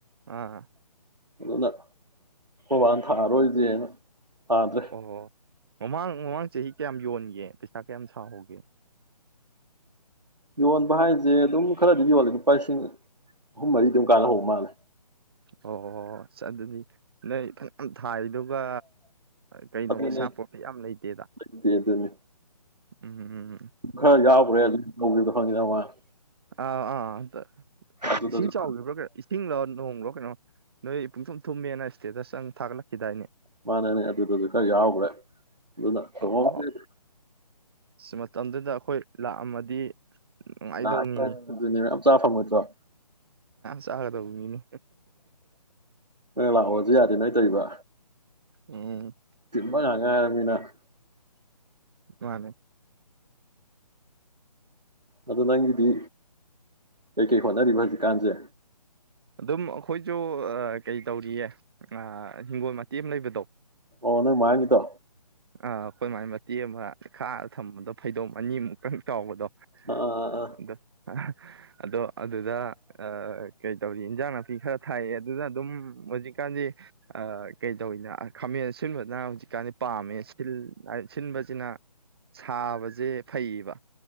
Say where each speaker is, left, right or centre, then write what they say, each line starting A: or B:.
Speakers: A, on the right; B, on the right.
A: ꯑꯥ
B: ꯑꯗꯨꯅ ꯈꯣꯏꯕꯥꯅ ꯊꯥꯔꯔꯣꯏꯁꯦꯅ ꯊꯥꯗ꯭ꯔꯦ
A: ꯑꯣꯑꯣ ꯃꯃꯥꯡ ꯃꯃꯥꯡ ꯆꯍꯤ ꯀꯌꯥꯝ ꯌꯣꯟ ꯒꯦ ꯄꯩꯁꯥ ꯀꯌꯥꯝ ꯁꯥꯍꯧꯒꯦ
B: ꯌꯣꯟꯕ ꯍꯥꯏꯁꯦ ꯑꯗꯨꯝ ꯈꯔꯗꯤ ꯌꯣꯜꯂꯦ ꯂꯨꯄꯥ ꯂꯤꯁꯤꯡ ꯑꯍꯨꯝ ꯃꯔꯤ ꯑꯗꯨꯝ ꯀꯥꯟꯅꯍꯧꯕ ꯃꯥꯜꯂꯦ
A: ꯑꯣ ꯑꯗꯨꯗꯤ ꯅꯣꯏ ꯐꯅꯌꯥꯝ ꯊꯥꯔꯤꯗꯨꯒ ꯀꯩꯅꯣ
B: ꯑꯗꯨꯅꯦ
A: ꯄꯩꯁꯥ ꯄꯔꯣꯐꯤꯠ ꯌꯥꯝ ꯂꯩꯇꯦꯗ
B: ꯂꯩꯇꯦ ꯑꯗꯨꯅꯤ
A: ꯎꯝ ꯎꯝ
B: ꯈꯔ ꯌꯥꯎꯒꯔꯦ ꯑꯗꯨꯝ <unintelligible>
A: ꯑꯥ ꯑꯥ ꯑꯥ
B: ꯑꯗꯨꯗꯁꯨ
A: ꯏꯁꯤꯡ ꯆꯥꯎꯈꯤꯕ꯭ꯔꯣ ꯀꯩꯅꯣ ꯏꯁꯤꯡꯂ ꯅꯣꯡꯂꯣ ꯀꯩꯅꯣ ꯅꯣꯏ ꯄꯨꯡꯊꯨꯝ ꯊꯨꯝꯃꯦꯅ ꯏꯁꯇꯦꯇꯁ ꯑꯝ ꯊꯥꯒꯠꯂꯛꯈꯤꯗꯥꯏꯅꯦ
B: ꯃꯥꯅꯅꯦ ꯑꯗꯨꯗꯁꯨ ꯈꯔ ꯌꯥꯎꯈ꯭ꯔꯦ ꯑꯗꯨꯅ ꯇꯣꯡꯍꯧꯗ꯭ꯔꯦꯗꯥ
A: ꯑꯣ ꯃꯇꯝꯗꯨꯗ ꯑꯩꯈꯣꯏ ꯂꯥꯛꯑꯝꯃꯗꯤ ꯅꯨꯡꯉꯥꯏꯗꯧꯅꯤꯅꯦ
B: ꯅꯥꯈ꯭ꯔꯦ ꯑꯗꯨꯅꯦ ꯃꯌꯥꯝ ꯐꯪꯉꯣꯏꯗ꯭ꯔꯣ
A: ꯆꯥꯒꯗꯧꯅꯤꯅꯤ
B: <unintelligible> ꯂꯥꯛꯑꯣꯁꯨ ꯌꯥꯗꯦ ꯅꯣꯏ ꯇꯧꯕ
A: ꯎꯝ
B: <unintelligible> <unintelligible>
A: ꯃꯥꯅꯦ
B: ꯑꯗꯨ ꯅꯪꯒꯤꯗꯤ ꯀꯩꯀꯩ ꯍꯣꯠꯅꯔꯤꯕ ꯍꯧꯖꯤꯛꯀꯥꯟꯁꯦ
A: ꯑꯗꯨꯝ ꯑꯩꯈꯣꯏꯁꯨ ꯀꯩ ꯇꯧꯔꯤꯌꯦ ꯍꯤꯡꯒꯣꯜ ꯃꯇꯦꯛ ꯑꯃ ꯂꯩꯕꯗꯣ
B: ꯑꯣ ꯅꯣꯏ ꯃꯥꯃꯡꯒꯤꯗꯣ
A: ꯑꯥ ꯑꯩꯈꯣꯏ ꯃꯥꯏ ꯃꯇꯦꯛ ꯑꯃ ꯈꯥꯛꯑꯒ ꯊꯝꯕꯗꯣ ꯐꯩꯗꯣꯝ ꯑꯅꯤꯃꯨꯛꯇꯪ ꯆꯥꯎꯕꯗꯣ
B: ꯑꯥ ꯑꯥ ꯑꯥ
A: ꯑꯗꯨ <unintelligible> ꯑꯗꯣ ꯑꯗꯨꯗ ꯑꯥ ꯀꯩ ꯏꯟꯖꯥꯡ ꯅꯥꯄꯤ ꯈꯔ ꯊꯥꯏꯌꯦ ꯑꯗꯨꯅ ꯑꯗꯨꯝ ꯍꯧꯖꯤꯛꯀꯥꯟꯗꯤ ꯀꯩ ꯇꯧꯋꯤꯅ ꯈꯥꯃꯦꯟ ꯑꯁꯤꯟꯕꯅ ꯍꯧꯖꯤꯛ ꯀꯥꯟꯗꯤ ꯄꯥꯝꯃꯦ ꯁꯤꯟꯕꯁꯤꯅ ꯁꯥꯕꯁꯦ ꯐꯩꯌꯦꯕ